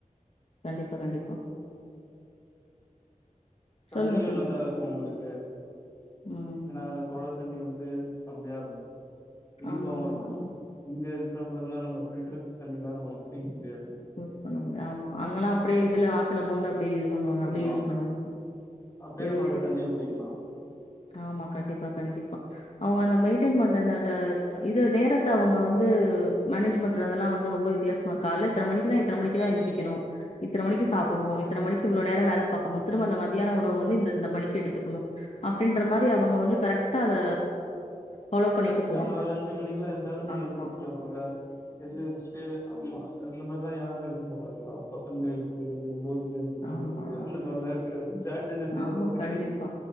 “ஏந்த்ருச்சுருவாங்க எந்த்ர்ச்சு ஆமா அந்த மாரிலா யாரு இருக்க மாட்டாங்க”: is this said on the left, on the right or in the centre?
Left